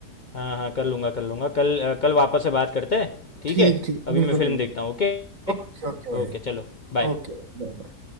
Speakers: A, on the left (about 50°); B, on the right (about 55°).
A: हाँ हाँ कर लूँगा कर लूँगा कल अ, कल वापस से बात करते हैं ठीक
B: ठीक
A: है
B: ठीक
A: अभी
B: बिल्कुल
A: मैं फिल्म
B: बिल्कुल
A: देखता हूँ ओके
B: ओके ओके भाई
A: ओके चलो बाय
B: Okay bye bye